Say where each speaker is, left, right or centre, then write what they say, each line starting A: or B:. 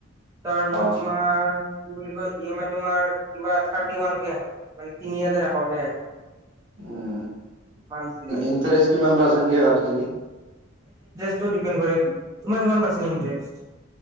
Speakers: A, on the right; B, on the right.
A: তাৰপিছত,
B: অ
A: তোমাৰ কি বুলি কয় ই এম আই তোমাৰ কিবা থাৰ্টি ওৱান কে, আহে মানে তিনি হাজাৰ এশকে।
B: উম,
A: মান্থলি
B: ইণ্টাৰেষ্ট কিমান পাৰ্চেন্টকে কাটি <unintelligible>
A: এইটো দিপেণ্ড কৰে, তোমাৰ কিমান পাৰ্চেটকে?